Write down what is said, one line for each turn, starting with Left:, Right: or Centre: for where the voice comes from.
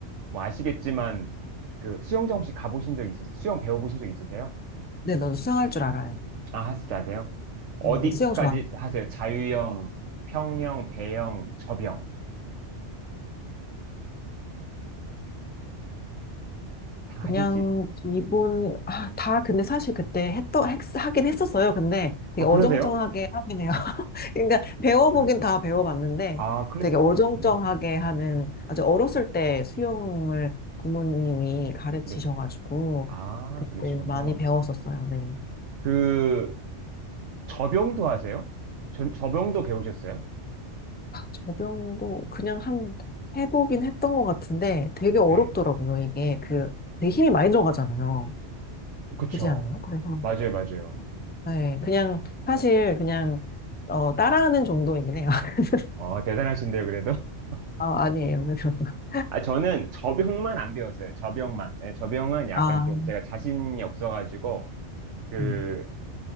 Right: 뭐 아시겠지만, 그 수영장 혹시 가보신 적 있으세요? 수영 배워보신 적 있으세요?
Left: 네, 넌 수영할 줄 알아요.
Right: 아, 하실 줄 아세요? 어디까지
Left: 네, 수영 좋아.
Right: 하세요? 자유형, 평형, 배영, 접영. 다
Left: 그냥
Right: 하실 수 있...
Left: 기본 아, 다 근데 사실 그때 했더 했, 하긴 했었어요. 근데 되게
Right: 아,
Left: 어정쩡하게
Right: 그러세요?
Left: 하긴 해요. <laughs> 그러니까 배워보긴
Right: 네.
Left: 다 배워봤는데
Right: 아, 클래스
Left: 되게 어정쩡하게
Right: 받으셨구나.
Left: 하는 아주 어렸을 때 수영을 부모님이 가르치셔가지고
Right: 네. 아,
Left: 그때
Right: 그러시군요.
Left: 많이 배웠었어요. 네.
Right: 그, 저병도 하세요? 저, 저병도 배우셨어요?
Left: 저병도 그냥 한 해보긴 했던 것 같은데 되게 어렵더라고요.
Right: 네.
Left: 이게 그 되게 힘이 많이 들어가잖아요.
Right: 그쵸.
Left: 그지 않아요? 그래서
Right: 맞아요, 맞아요.
Left: 네, 그냥 사실 그냥 어, 따라하는 정도이긴 해요. <laughs>
Right: 어, 대단하신데요, 그래도. <laughs>
Left: 아, 아니에요. <laughs>
Right: 아, 저는 저병만 안 배웠어요. 저병만. 네, 저병은 약간
Left: 아,
Right: 좀 제가 자신이 없어가지고, 그,
Left: 음,